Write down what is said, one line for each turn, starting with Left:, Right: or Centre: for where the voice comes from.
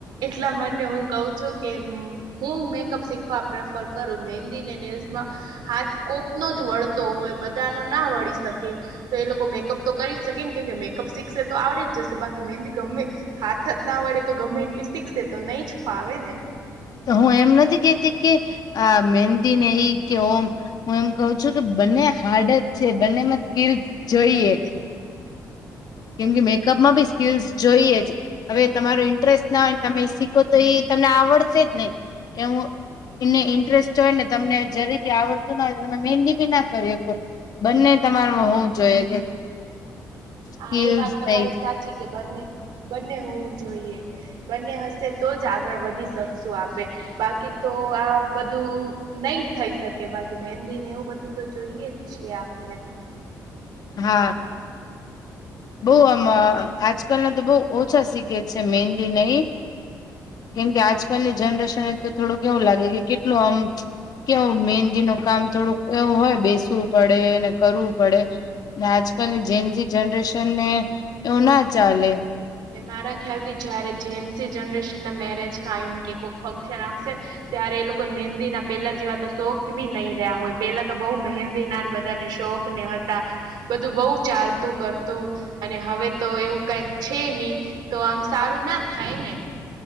Right: એટલા માટે તે હું કઉ છું કે હું મેકઅપ શીખવા પ્રેફર કરું મહેંદીને નેલ્સમાં હાથ કોક નો જ વળતો હોય બધાનો ના વળી શકે તો એ લોકો મેકઅપ તો કરી જ શકે ને કેમ કે મેકઅપ શીખશે તો આવડી જશે બાકી મહેંદી ગમે હાથ જ ના વડે તો ગમે એટલી શીખસે તો નહી જ ફાવે ને
Left: તો હું એમ નથી કેતી કે આ મહેંદીને એ કે ઓમ હું એમ કઉ છું કે બંને હાર્ડજ છે બંને સ્કીલસ જોઈએ કેમ કે મેકઅપમાં બી સ્કીલ્સ જોઈએ જ હવે તમારો ઇન્ટરેસ્ટ ના હોય તમે શીખો તો એ તમને આવડશે જ નહી એ હું એને ઇન્ટરેસ્ટ હોય ને તમને જરી બી આવડતું ના હોય તમે મહેંદી ના કરી હકો બંનેતમારુ હોવુ જોઈએ કે સ્કીલ્સ
Right: હા, એ વાત તમારી
Left: નહી
Right: સાચી કે બંને બંને હોવું જોઈએ બંને હશે તો જ આગળ વધી શકશું આપે બાકી તો આ બધું નહી થઈ શકે બાકી મેહંદીને એવું બધું તો જોઈએ જ છે આપને
Left: હા, બહુઆમ આજકાલ ના તો બહુ ઓછા શીખે છે મેહેંદી ને ઈ કેમ કે આજકાલની જનરેશન એ તો થોડું કે એવું લાગે કે કેટલું આમ કેવું મહેંદી નુ કામ થોડુંક એવું હોય બેસવું પડે ને કરવું પડે ને આજકાલની જેન્સી જનરેશન ને એવું ના ચાલે
Right: ને મારા ખ્યાલ થી જયારે જેન્સી જનરેશન ના મેરેજ કાયમ કે કોઈક ફંક્શન આવશે ત્યારે એ લોકો મહેંદી ના પેલા જેવા તો શોખ ભી નહી રહ્યા હોય પેલા તો બહુ મહેંદી ના બધાને શોખ ને હતા બધું બહુ ચાલતું, કરતું અને હવે તો એવું કઈ છે ની તો આમ સારું ના થાય ને